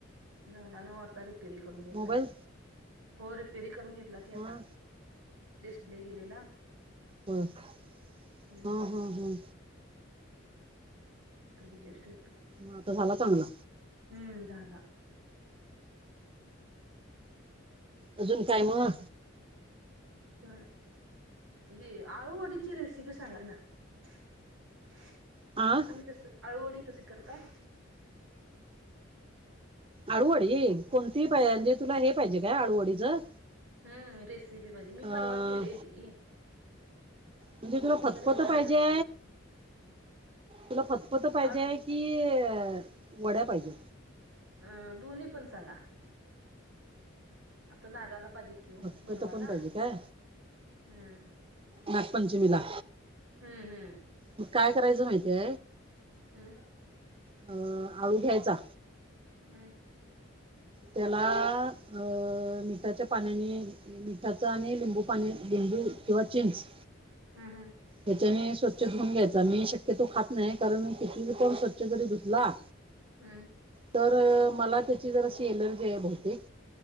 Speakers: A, on the right; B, on the right.
A: झाला न आता रिपेरी करून घेतलाय
B: मोबाईल
A: हो रिपेरी करून घेतला. आता
B: हा
A: डिस्प्ले गेलेला.
B: हो हा
A: हम्म
B: हा हा.
A: त जेस्.
B: ह त झाला चांगला.
A: हम्म झाला.
B: अजून काय मग.
A: ठछन आहे ही आळूवडीची रेसिपी सांगा ना <inaudible>
B: आ.
A: तुम्ही कसं आळूवडी कशी करताय.
B: आळूवडी कोणती पाहि
A: हम्म
B: म्हणजे तुला हे पाहिजे काय आळूवडीचं?
A: हम्म रेसिपी भाजे मी
B: अ
A: परवा केले ती.
B: म्हणजे तुला फतपत
A: व्हायला
B: पाहिजे
A: नव्हती
B: तुला फतपत पाहिजेय.
A: आळ
B: कि वड्या पाहिजे.
A: अ दोन् पण सांगा. आता नागायला पाहिजेत कि ओ
B: फतपत
A: बनवायला
B: पण पाहिजे काय
A: हम्म
B: नागपंचमीला
A: हम्म हम्म
B: मग काय करायचं माहितीय
A: हम्म
B: अ आळू घ्यायचा
A: हम्म
B: त्याला अ मिठाच्या पाण्याने मिठाच आणि लिंबू पाणी लिंबू किंवा चिंच
A: हम् हम
B: हच्याने स्वच्छ धुऊून घ्यायचा मी शक्यतो खात नाही कारण किती कोण स्वच्छ जरी धुतला
A: हम्
B: तर मला त्याची जराशी एलर्जी आहे बहुतेक